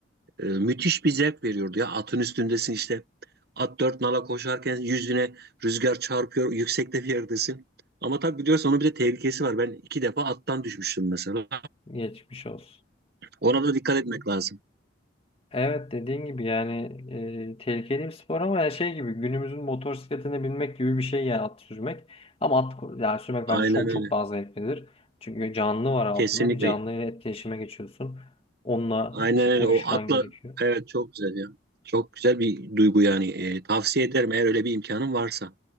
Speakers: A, on the right; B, on the left.
A: E, müthiş bir zevk veriyordu ya atın üstündesin işte. At dört nala koşarken yüzüne rüzgar çarpıyor yüksekte bir yerdesin. Ama tabii biliyorsun onun bir de tehlikesi var. Ben iki defa attan düşmüştüm mesela.
B: geçmiş olsun.
A: Ona da dikkat etmek lazım.
B: Evet dediğin gibi yani e, tehlikeli bir spor ama yani şey gibi günümüzün motosikletine binmek gibi bir şey yani at sürmek. Ama at ko- yani sürmek
A: Aynen
B: bence çok
A: öyle.
B: çok daha zevklidir. Çünkü canlı var altında
A: Kesinlikle.
B: bir canlı ile etkileşime geçiyorsun. Onunla
A: Aynen
B: işte uyuşman
A: öyle. O atla
B: gerekiyor.
A: evet çok güzel ya. Çok güzel bir duygu yani. E, tavsiye ederim eğer öyle bir imkanın varsa.